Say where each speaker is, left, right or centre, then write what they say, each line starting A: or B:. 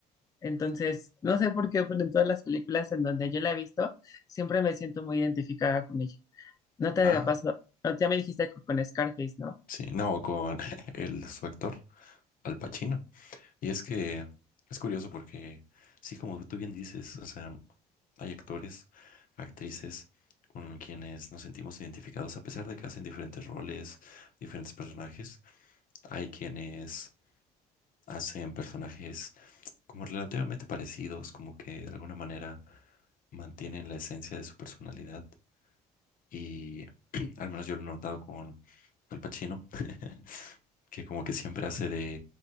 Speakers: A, on the left; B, on the left.
A: Entonces, no sé por qué, pero en todas las películas en donde yo la he visto, siempre me siento muy identificada con ella. No te
B: Ah,
A: la paso, no, ya me dijiste con con Scarface, ¿no?
B: sí. No, con <laughs> el, su actor, Al Pacino. Y es que es curioso porque, sí, como tú bien dices, o sea, hay actores, actrices con quienes nos sentimos identificados, a pesar de que hacen diferentes roles, diferentes personajes. Hay quienes hacen personajes como relativamente parecidos, como que de alguna manera mantienen la esencia de su personalidad. Y <clears throat> al menos yo lo he notado con Al Pacino. <laughs> que como que siempre hace de